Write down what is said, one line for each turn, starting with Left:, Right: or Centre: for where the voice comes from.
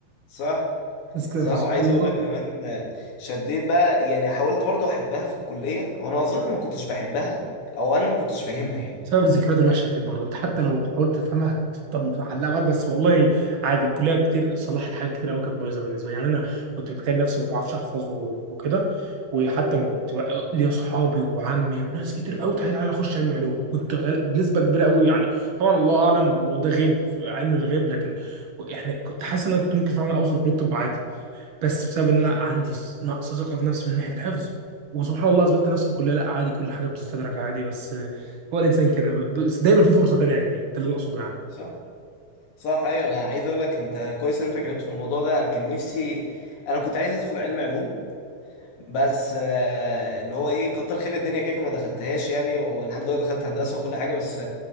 Left: صح
Right: بس كده
Left: صح
Right: فسبحان
Left: وعايز
Right: الله
Left: اقول لك كمان آه، شديت بقى يعني حاولت برضو احبها في الكليه وانا اظن ما كنتش بحبها او انا ما كنتش فاهمها يعني
Right: بسبب الذكريات الوحشه اكيد برضه انت حتى لو حاولت تفهمها هتفضل معلقه معاك بس والله عادي الكليه كتير صلحت حاجات كتير قوي كانت بايظه بالنسبه لي يعني انا كنت بتخيل نفسي ما بعرفش احفظ و- وكده وحتى
Left: امم
Right: ما كنت بقى ليا صحابي وعمي وناس كتير قوي تحيل على اخش علم علوم كنت غ- بنسبه كبيره قوي يعني طبعا الله اعلم وده غيب علم الغيب لكن ك- يعني كنت حاسس ان انا كنت ممكن فعلا اوصل لكليه الطب عادي بس بسبب ان انا
Left: صح
Right: عندي س- نقص ثقه في نفسي من ناحيه الحفظ وسبحان الله اثبتت نفسي في الكليه لا عادي كل حاجه بتستدرك عادي بس آه، هو الانسان كده ب- بس دايما في فرصه تانيه يا كبير ده اللي أنا اقصده يعني
Left: صح صح ايوه انا عايز اقول لك انت كويس إن انت اتكلمت في الموضوع ده انا كان نفسي انا كنت عايز ادخل علم علوم بس آه، اللي هو ايه كتر خير الدنيا كده كده ما دخلتهاش يعني والحمد لله دخلت هندسه وكل حاجه بس